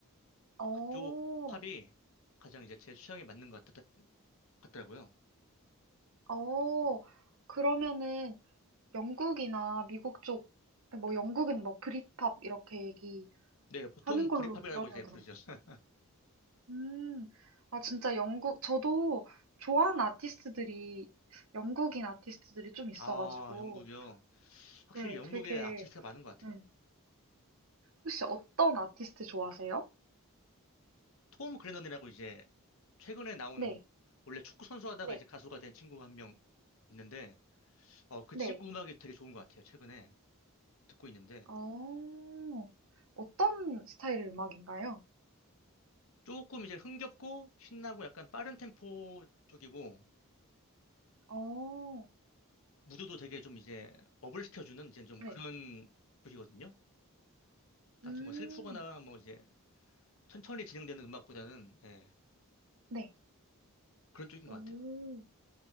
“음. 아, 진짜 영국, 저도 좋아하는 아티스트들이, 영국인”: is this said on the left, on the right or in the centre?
Right